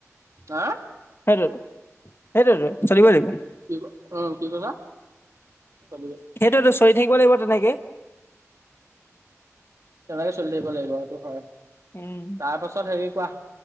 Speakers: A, on the right; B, on the left.
A: হা
B: সেইটোৱেটো সেইটোৱেটো চলিবই লাগিব
A: কি অ কি কৈছা? চলি
B: সেইটোৱেইটো চলি থাকিব লাগিব তেনেকে
A: তেনেকে চলি থাকিব লাগিব সেইটো হয়
B: উম
A: তাৰ পাছত হেৰি কোৱা